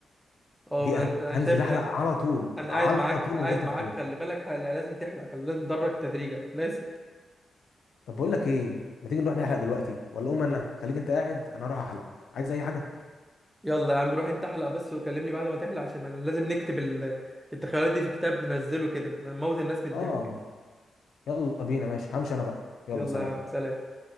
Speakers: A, in the centre; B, on the left.
A: اه
B: دي أه-
A: انا أنا
B: هنزل
A: شايف
B: احلق
A: يعني
B: على طول
A: انا
B: على
A: قاعد معاك
B: طول
A: قاعد
B: من غير تفكير
A: معاك خلي بالك حلقة. لازم تحلق خلي لازم تدرج تدريجة لازم
B: طب بقول لك ايه ما تيجي نروح نحلق دلوقتي ولا قوم انا خليك انت قاعد انا اروح احلق عايز اي حاجه
A: يلا يا عم روح انت احلق بس وكلمني بعد ما تحلق عشان انا لازم نكتب ال- التخيلات دي في كتاب ننزله كده نموت الناس من الضحك
B: اه يلا بينا ماشي همشي انا بقى يلا
A: يلا
B: سلام
A: يا عم سلام